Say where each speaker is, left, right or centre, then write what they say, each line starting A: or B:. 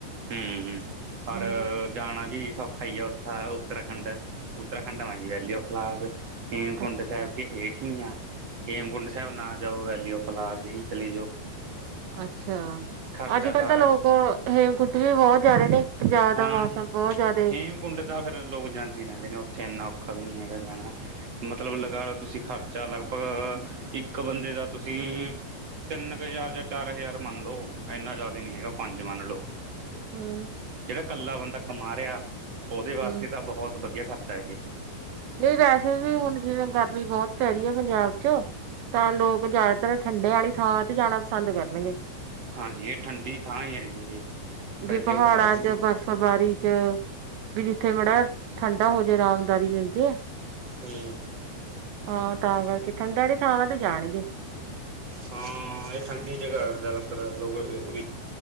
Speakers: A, on the right; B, on the right.
A: ਹੂੰ-ਹੂੰ
B: ਹੂੰ
A: ਪਰ ਜਾਣਾ ਵੀ ਸੌਖਾ ਈ ਆ ਉੱਥਾ ਉੱਤਰਾਖੰਡ। ਉੱਤਰਾਖੰਡ ਵਾਂ ਜੀ ਵੈਲੀ ਔਫ ਫਲੋਵਰ। ਹੇਮਕੁੰਡ
B: ਅੱਛਾ
A: ਸਾਹਿਬ ਕੇ ਹੇਠ ਹੀ ਆ ਹੇਮਕੁੰਡ ਸਾਹਿਬ ਨਾ ਜਾਓ ਵੈਲੀ ਓਫ ਫਲਾਰਜ ਹੀ ਚਲੇ ਜਾਓ।
B: ਅੱਛਾ
A: ਖਰਚਾ
B: ਅੱਜ
A: ਸਾਰਾ
B: ਕਲ ਤਾਂ ਲੋਕ ਹੇਮਕੁੰਟ ਵੀ ਬਹੁਤ ਜਾ ਰਹੇ ਨੇ। ਪੰਜਾਬ
A: ਹਾਂਜੀ
B: ਦਾ ਮੌਸਮ ਬਹੁਤ ਜ਼ਿਆਦੇ
A: ਹੇਮਕੁੰਡ ਤਾਂ ਫਿਰ ਲੋਕ ਜਾਂਦੀ ਰਹਿੰਦੇ ਨੇ ਉੱਥੇ ਇੰਨਾ ਔਖਾ ਵੀ ਨਹੀਂ ਹੈਗਾ ਜਾਣਾ। ਮਤਲਬ ਲਗਾ ਲੋ ਤੁਸੀਂ ਖ਼ਰਚਾ ਲਗਭਗ ਇੱਕ ਬੰਦੇ ਦਾ ਤੁਸੀਂ ਤੁਸੀਂ ਤਿੰਨ ਕੁ ਹਜ਼ਾਰ ਜਾਂ ਚਾਰ ਹਜ਼ਾਰ ਮੰਨ ਲੋ ਇੰਨਾ ਜ਼ਿਆਦਾ ਨਹੀਂ ਹੈਗਾ ਪੰਜ ਮੰਨ ਲੋ।
B: ਹੂੰ।
A: ਜਿਹੜਾ ਇਕੱਲਾ ਬੰਦਾ ਕਮਾ ਰਿਹਾ, ਉਹਦੇ
B: ਹਮ
A: ਵਾਸਤੇ ਤਾਂ ਬਹੁਤ ਵਧੀਆ ਖਰਚਾ ਇਹ
B: ਨਹੀਂ ਵੈਸੇ ਵੀ ਹੁਣ ਜਿਵੇਂ ਗਰਮੀ ਬਹੁਤ ਪੈ ਰਹੀ ਹੈ ਪੰਜਾਬ ਚ ਤਾਂ ਲੋਕ ਜ਼ਿਆਦਾਤਰ ਠੰਡੇ ਵਾਲੀ ਥਾਂ ਤੇ ਜਾਣਾ ਪਸੰਦ ਕਰਨਗੇ'
A: ਹਾਂਜੀ ਇਹ ਠੰਡੀ ਥਾਂ ਹੀ ਹੈਗੀ ਇਹ ਵੈਲੀ
B: ਵੀ ਪਹਾੜਾਂ
A: ਆਫ ਲਾਰਜੀ
B: ਚ ਬਰਫ ਸਵਾਰੀ ਚ ਵੀ ਜਿੱਥੇ ਮਾੜਾ ਠੰਡਾ ਹੋ ਜਾੇ ਆਰਾਮਦਾਰੀ ਮਿਲ ਜੇ।
A: ਹੂੰ
B: ਹਾਂ ਤਾਂ ਕਰਕੇ ਠੰਡੇ ਵਾਲੀ ਥਾਵਾਂ ਤੇ ਜਾਣਗੇ।
A: ਹਾਂ ਇਹ ਠੰਡੀ ਜਗ੍ਹਾ ਜ਼ਿਆਦਾਤਰ ਲੋਕ ਉ